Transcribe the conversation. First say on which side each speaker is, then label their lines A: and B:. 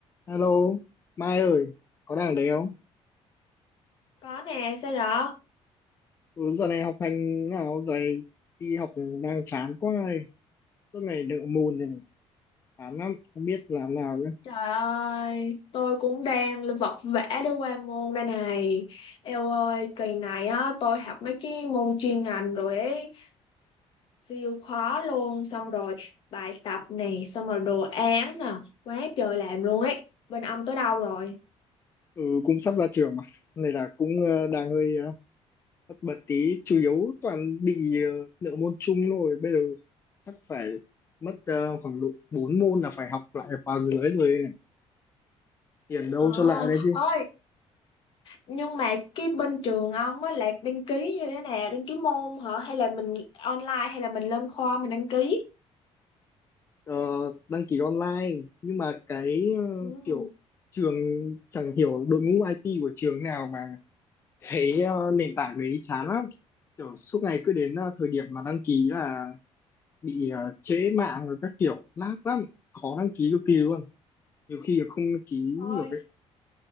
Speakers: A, on the left (about 25°); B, on the left (about 45°).
A: Alo, Mai ơi, có đang ở đấy không?
B: Có nè, sao vậy?
A: Ừ, giờ này học hành nào dày, đi học đang chán quá này, suốt ngày nợ môn thế này, chán lắm, không biết làm nào nữa.
B: Trời ơi, tôi cũng đang vật vã để qua môn đây này. Eo ơi, kỳ này á, tôi học mấy cái môn chuyên ngành rồi ấy, siêu khó luôn. Xong rồi bài tập này, xong rồi đồ án nè, quá trời làm luôn ấy. Bên ông tới đâu rồi?
A: Ừ, cũng sắp ra trường mà, này là cũng ờ, đang hơi ờ, tất bật tí, chủ yếu toàn bị ờ, nợ môn chung thôi, bây giờ chắc phải mất ờ, khoảng độ 4 môn là phải học lại khóa dưới rồi đây này, tiền đâu
B: Ờ,
A: cho lại đấy
B: ơi, nhưng mà cái bên trường ông á, là đăng ký như thế nào? Đăng ký môn hả? Hay là mình online, hay là mình lên khoa mình đăng ký?
A: ờ, đăng ký online nhưng mà cái ờ,
B: Ừ,
A: kiểu trường chẳng hiểu đội ngũ IT của trường nào mà cái ờ, nền tảng đấy chán lắm kiểu suốt ngày cứ đến ờ, thời điểm mà đăng ký là bị ờ, trễ mạng rồi các kiểu lag lắm khó đăng ký cực kỳ luôn nhiều khi là không đăng ký
B: thôi.
A: được ấy